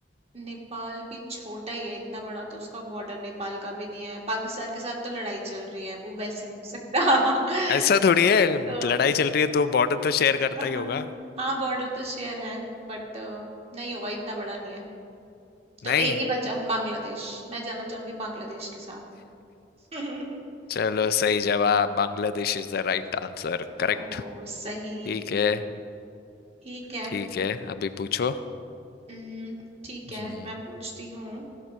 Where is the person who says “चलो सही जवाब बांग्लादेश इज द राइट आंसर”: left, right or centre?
Left